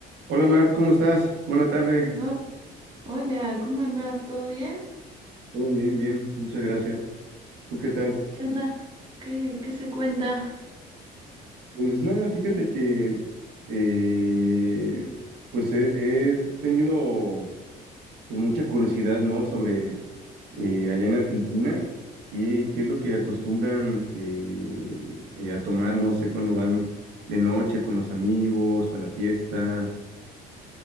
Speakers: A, on the right; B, on the right.
A: Hola Mar, ¿cómo estás? Buena tarde.
B: No, hola, ¿cómo andás? ¿Todo bien?
A: Todo bien, bien, muchas gracias. ¿Tú qué tal?
B: ¿Qué andas? ¿Qué, qué se cuenta?
A: Pues nada, fíjate
B: Eh,
A: que eh, pues he, he tenido pues, mucha curiosidad, ¿no? Sobre eh, allá en Argentina, ¿qué, qué es lo que acostumbran eh, eh, a tomar, no sé, cuando van de noche con los amigos o a la fiesta?